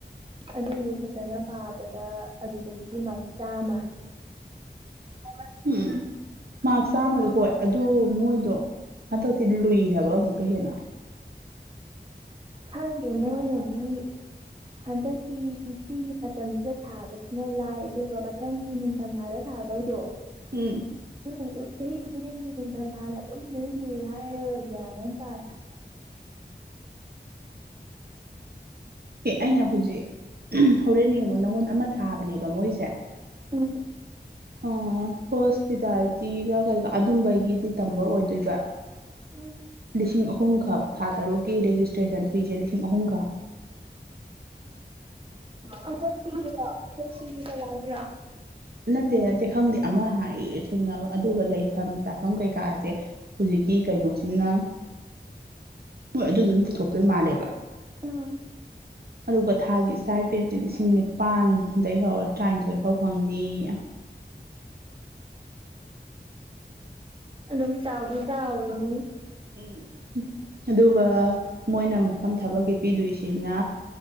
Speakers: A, on the right; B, on the right.
A: ꯑꯗꯨꯗꯨ ꯐꯖꯅ ꯄꯥꯕꯗ ꯑꯗꯨꯗꯒꯤ ꯃꯥꯥꯛ ꯆꯥꯝꯃ <unintelligible>
B: ꯎꯝ ꯃꯥꯛ ꯆꯥꯝꯃꯗꫭ ꯍꯣꯏ ꯑꯗꯨ ꯃꯣꯏꯗꯣ ꯍꯟꯗꯛꯇꯤ ꯂꯨꯏ ꯍꯥꯏꯕ ꯑꯃꯨꯛꯀ ꯍꯦꯟꯅ
A: ꯈꯪꯗꯦ ꯃꯣꯏꯅꯗꯤ ꯍꯟꯗꯛꯀꯤ ꯁꯤꯒꯤ ꯃꯇꯝꯁꯤꯗ ꯊꯥꯕꯁꯤꯅ ꯂꯥꯏ ꯑꯗꯨꯒ ꯃꯊꯪꯒꯤ ꯅꯤꯡꯊꯝ ꯊꯥꯗ ꯊ ꯊꯥꯗꯧꯗꫭ
B: ꯎꯝ
A: ꯑꯗꯨꯝ ꯆꯍꯤ ꯈꯨꯗꯤꯡꯒꯤ ꯅꯤꯡꯊꯝꯊꯥꯅ ꯑꯗꯨꯝ ꯂꯨꯏ ꯂꯨꯏ ꯍꯥꯏ ꯒ꯭ꯌꯥꯟ ꯇꯥ ꯍꯗ
B: ꯑꯦ ꯑꯩꯅ ꯍꯧꯖꯤꯛ ꯍꯣꯔꯦꯟ ꯌꯦꯡꯕ ꯅꯉꯣꯟ ꯑꯃ ꯊꯥꯕꯅꯦꯕ ꯃꯣꯏꯁꯦ
A: ꯎꯝ
B: ꯑ ꯍꯣꯁꯄꯤꯇꯥꯜꯖꯤ ꯀ ꯀꯥꯏ ꯑꯨꯝꯕꯩ ꯗꯤ ꯇꯝꯕ ꯑꯣꯏꯗꯣꯏꯕ
A: ꯎꯝ
B: ꯂꯤꯁꯤꯡ ꯑꯍꯨꯝ ꯑꯍꯨꯝꯈꯛ ꯊꯥ ꯇꯔꯨꯛꯀꯤ ꯔꯦꯖꯤꯁꯇ꯭ꯔꯦꯁꯟ ꯐꯤꯁꯦ ꯂꯤꯁꯤꯡ ꯑꯍꯨꯝꯈꯛ
A: ꯑꯩꯈꯣꯏ ꯁꯤꯒꯤꯔ ꯑꯩꯈꯣꯏ ꯁꯤꯈꯤ ꯆꯔꯁꯤꯦꯔꯥ
B: ꯅꯠꯇꯦ ꯅꯠꯇꯦ ꯈꯪꯗꯦ ꯑꯃ ꯊꯦꯡꯅꯕ ꯑꯗꯨꯒ ꯂꯩꯐꯝ ꯆꯥꯐꯝ ꯀꯩꯀꯥꯁꯦ ꯍꯧꯖꯤꯛꯀꯤ ꯀꯩꯅꯣꯁꯤꯅ
A: <inaudible>
B: ꯍꯣꯏ ꯑꯗꯨꯗꯨꯝ ꯄꯨꯊꯣꯛꯇꯣꯏ ꯃꯥꯜꯂꯦꯕ
A: ꯎꯝ
B: ꯑꯗꯨꯒ ꯊꯥꯒꯤ ꯏꯁꯇꯥꯏꯄꯦꯟꯁꯦ ꯂꯤꯁꯤꯡ ꯅꯤꯄꯥꯟꯗꯩ ꯍꯧꯔ ꯇ꯭ꯔꯥꯅꯤꯊꯣꯏ ꯐꯥꯎ ꯐꯪꯅꯤꯌꯦ <unintelligible>
A: ꯑꯗꯨꯝ ꯆꯥꯎꯗꯤ ꯆꯥꯎꯔꯤꯅꯤ
B: ꯎꯝ ꯑꯗꯨꯒ ꯃꯣꯏꯅ ꯃꯐꯝ ꯊꯕꯛꯀꯤ ꯄꯤꯗꯣꯏꯁꯤꯅ